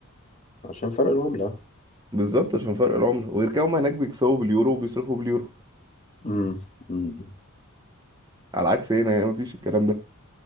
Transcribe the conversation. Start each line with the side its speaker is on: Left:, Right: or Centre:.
Left: عشان فرق العمله
Right: بالظبط عشان فرق العملة وغير كده هما هناك بيكسبوا باليورو وبيصرفوا باليورو
Left: امم أمم.
Right: على عكس هنا يعني مفيش الكلام ده